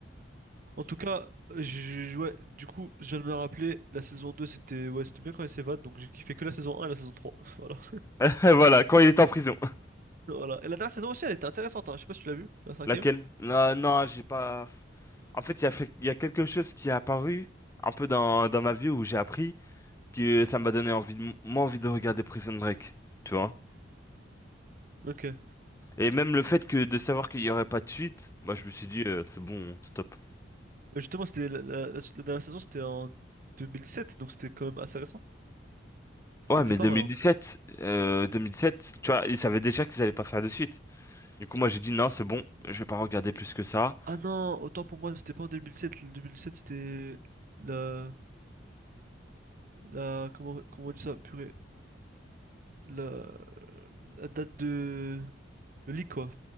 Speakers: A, on the right; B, on the left.
A: En tout cas, je, je- ouais, du coup, je viens de me rappeler, la saison 2, c'était ouais, c'était bien quand il s'évade, donc j'ai kiffé que la saison un et la saison 3. <laughs> Voilà.
B: <laughs> Voilà, quand il est en prison.
A: Voilà. Et la dernière saison aussi, elle était intéressante, hein. Je sais pas si tu l'as vue, la cinquième.
B: Laquelle? Non, non, j'ai pas. En fait, il y a, fait- il y a quelque chose qui est apparu un peu dans, dans ma vie où j'ai appris que ça m'a donné envie de, moins envie de regarder Prison Break, tu vois.
A: Ok. Ouais,
B: Et même le fait que de savoir qu'il y aurait pas de suite, moi je me suis dit euh, c'est bon, stop.
A: Justement, c'était la, la, la- la dernière saison, c'était en 2017, donc c'était quand même assez récent.
B: Ouais,
A: Il était
B: mais
A: pas
B: 2017,
A: mal. hein.
B: euh, 2017, tu vois, ils savaient déjà qu'ils allaient pas faire de suite. Du coup, moi, j'ai dit non, c'est bon, je vais pas regarder plus que ça.
A: Ah non, autant pour moi, c'était pas en 2007. Le 2007, c'était la, la, comment, comment on dit ça, purée, la, la date de, le leak quoi.